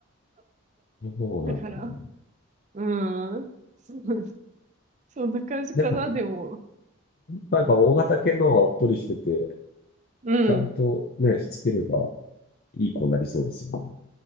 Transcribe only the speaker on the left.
そうなんだ。
でも、
なんか大型犬の方がおっとりしてて、
ちゃんとね、しつければいい子になりそうですよね。